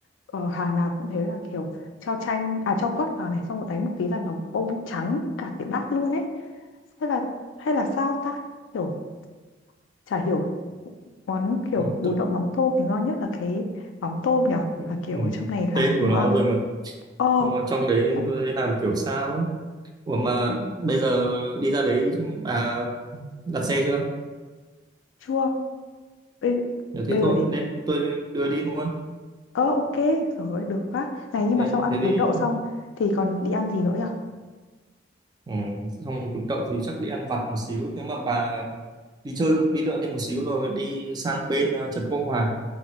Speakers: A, on the left; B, on the right.
A: ờ, hàng nào cũng thế là kiểu cho chanh à cho quất vào này xong rồi đánh một tí là nó bông trắng cả cái bát luôn ấy hay là hay là sao ta kiểu chả hiểu món kiểu
B: Ừ.
A: bún
B: Tôi,
A: đậu mắm tôm thì ngon nhất là cái mắm tôm nhở
B: ừ.
A: mà kiểu
B: ừ,
A: trong này
B: tên
A: làm không
B: của nó
A: ngon
B: rồi mà
A: ờ
B: Nó- trong đấy
A: nhận.
B: tôi thấy làm kiểu sao á. Ủa mà bây giờ đi ra đấy bà đặt xe chưa?
A: chưa bây,
B: Nếu
A: bây
B: thế thôi
A: giờ để nghĩ
B: nên tôi đưa đi luôn.
A: ờ ok rồi ơi, được quá này nhưng
B: Thế
A: mà sau ăn
B: thế thì
A: bún đậu xong thì còn đi ăn gì nữa nhở
B: ừ, xong cuốn đậu thì chắc đi ăn vặt một xíu. Nếu mà bà đi chơi đi đợi đi một xíu rồi đi sang bên à, Trần Quốc Hoàn.